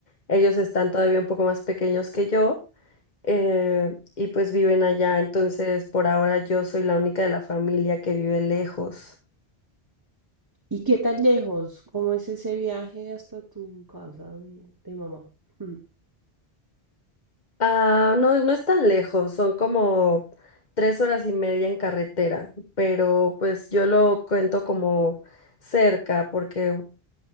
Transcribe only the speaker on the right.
¿Y qué tan lejos? ¿Cómo es ese viaje hasta tu casa de, de mamá? Mm,